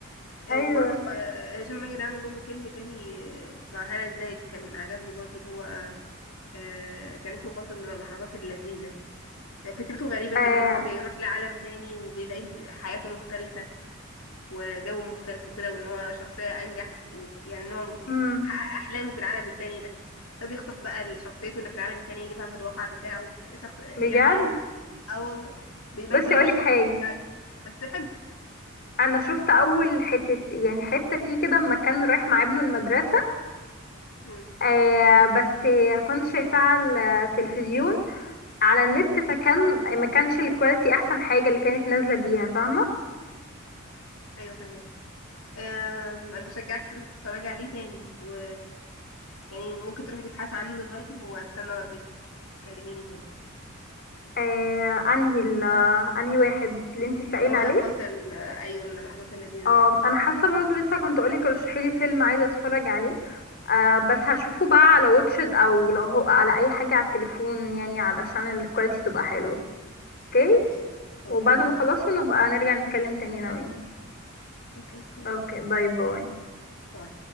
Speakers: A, on the left; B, on the left.
A: آه،
B: أيوه
A: آه، وبرضه آه، هشام ماجد عامل برضه فيلم تاني آه، مع هالة زاهد كان عجبني برضه اللي هو آه، كان اسمه فاصل من اللحظات اللذيذة فكرته غريبة
B: آه.
A: كده ان هو بيروح لعالم تاني وبيلاقي حياته مختلفة وجو مختلف وكده وان هو شخصية انجح ويعني ان هو
B: مم.
A: حقق احلامه في العالم التاني ده فبيخطف بقى شخصيته اللي في العالم التاني يجيبها في الواقع بتاعه شخص يعني
B: بجد
A: اه والله بيبدلوا
B: بس أقولك
A: الشخص
B: حاجة
A: يعني بس حلو
B: أنا شفت أول حتة يعني حتة فيه كده لما كان رايح مع ابنه المدرسة
A: امم
B: آه بس كنت شايفاه على التلفزيون على النت فكان ما كانش الكواليتي احسن حاجة اللي كانت نازلة بيها فاهمة
A: ايوه فاهماكي أم، انا بشجعك تروحي تتفرجي عليه تاني و يعني ممكن تروحي تبحثي عنه دلوقتي واستنى ردك تكلميني تاني
B: آه انهي ال- انهي واحد اللي انت سائل
A: اللي هو
B: عليه
A: فصل آه، ايوه من اللحظات اللذيذة
B: آه
A: ده
B: انا حاسة برضو لسه كنت اقولك رشحي لي فيلم عايزة اتفرج عليه آه بس هشوفه بقى على واتشد او لو هو على اي حاجة على التليفون يعني علشان الكواليتي تبقى حلوة اوكي
A: ماشي اوكي
B: وبعد
A: ماشي
B: ما اخلصه نبقى نرجع نتكلم تاني انا وانتي
A: اوكي ماشي
B: اوكي باي باي
A: باي